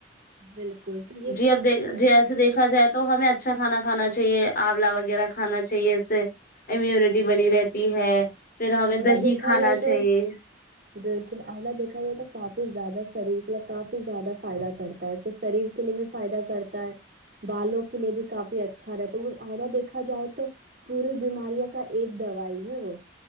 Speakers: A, on the right; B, on the left.
A: بالکل کیونکہ
B: جی
A: شدھ
B: اب دیک
A: کھانا
B: جی
A: کھائیں
B: ایسے
A: گے
B: دیکھا جائے تو تو ہمیں اچھا کھانا کھانا چاہیے آولا وغیرہ کھانا چاہیے اس سے امیوونٹی بنی رہتی ہے پھر ہمیں
A: اولا
B: دہی
A: دیکھا
B: کھانا
A: جائے
B: چاہیے
A: تو بالکل الہ دیکا جائے تو کافی زیادہ شریر کے لی کافی زیادہ فائدہ کرتا ہے تو شریر کے لیے بھی فائدہ کرتا ہے بالوں کے لیے بھی کافی اچھا رہ تو وہ آئرہ دیکھا جائے تو پوری بیماریاں کا ایک دوائی ہے وہ